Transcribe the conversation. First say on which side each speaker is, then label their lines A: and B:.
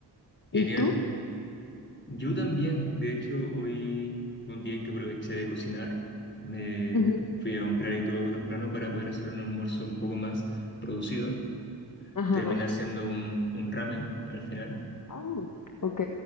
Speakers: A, on the left; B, on the left.
A: ¿Y
B: Genial.
A: tú?
B: Yo también, de hecho, hoy fue un día en que aproveché de cocinar. Me
A: Ujú,
B: fui a comprar y todo temprano para poder hacer un almuerzo un poco más producido.
A: Ajá.
B: Terminé haciendo un, un ramen al final.
A: Ah, ok.